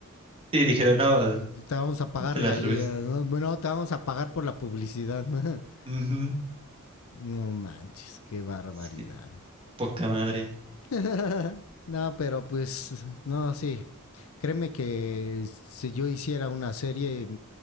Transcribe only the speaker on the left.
mm, Te vamos a pagar
regalías,
¿no? Bueno, te vamos a pagar por la publicidad. <laughs>
No manches, qué barbaridad.
<laughs> No, pero pues, no, sí. Créeme que si yo hiciera una serie,